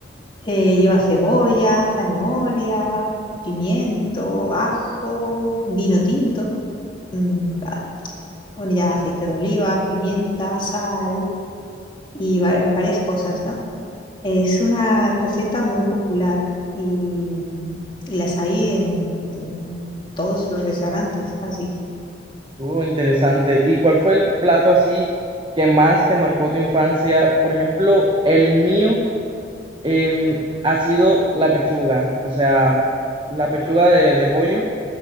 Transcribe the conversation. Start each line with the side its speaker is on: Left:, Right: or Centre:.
Left: Eh, lleva cebolla, zanahoria, pimiento, ajo, vino tinto, mm, va- bueno, ya aceite de oliva, pimienta, sal y va- en varias cosas, ¿no? Es una receta muy popular y, y las hay en, en todos los restaurantes, casi.
Right: Oh, interesante. ¿Y cuál fue el plato así que más te marcó tu infancia? Por ejemplo, el mío em, ha sido la pechuga, o sea, la pechuga de de pollo